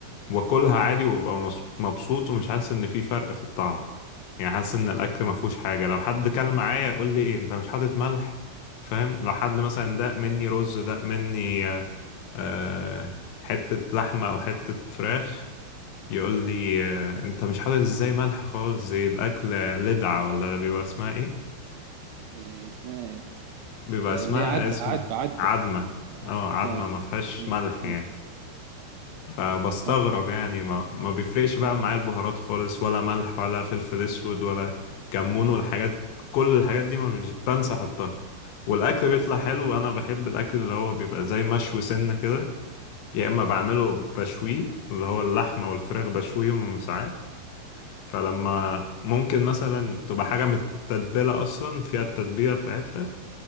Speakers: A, on the left (about 70°); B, on the right (about 80°).
A: وأكلها عادي وأبقى مص- مبسوط ومش حاسس إن في فرق في الطعم يعني حاسس إن الأكل مفهوش حاجة لو حد كل معايا يقول لي إيه أنت مش حاطط ملح فاهم لو حد مثلا داق مني رز داق مني آه، آه، حتة لحمة أو حتة فراخ يقول لي آه، أنت مش حاطط إزاي ملح خالص زي الأكل لدعة ولا بيبقى اسمها إيه
B: إيه اسمها إيه؟
A: بيبقى
B: اللي
A: اسمها
B: هي عدبة
A: اسم
B: عدبة عدبة
A: عدمة
B: اه
A: اه عدمة
B: آه.
A: ما فيهاش
B: مم.
A: ملح
B: مم.
A: يعني فبستغرب
B: اه
A: يعني ما, ما بيفرقش بقى معايا البهارات خالص ولا ملح ولا فلفل اسود ولا كمون والحاجات كل الحاجات دي ما مش بنسى احطها والاكل بيطلع حلو انا بحب الاكل اللي هو بيبقى زي مشوي سنة كده يا اما بعمله بشويه اللي هو اللحمة والفراخ بشويهم ساعات فلما ممكن مثلا تبقى حاجة متتبلة اصلا فيها التتبيلة بتاعتها